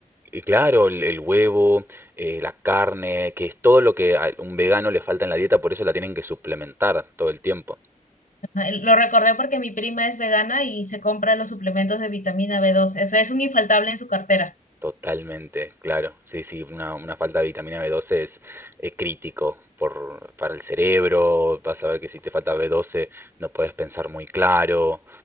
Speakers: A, on the right; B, on the left.
A: y claro,
B: carne.
A: el, el huevo, eh, la carne, que es todo lo que a un vegano le falta en la dieta, por eso la tienen que suplementar todo el tiempo.
B: Ajá, el- Lo recordé porque mi prima es vegana y se compra los suplementos de vitamina B12. O sea, es un infaltable en su cartera.
A: Totalmente, claro. Sí, sí, una, una falta de vitamina B12 es eh, crítico por, para el cerebro. Vas a ver que si te falta B12 no puedes pensar muy claro.